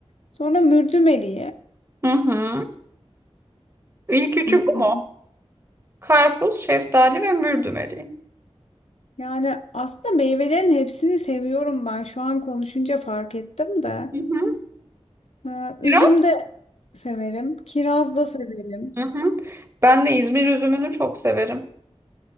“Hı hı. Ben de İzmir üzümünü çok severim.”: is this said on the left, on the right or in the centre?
Right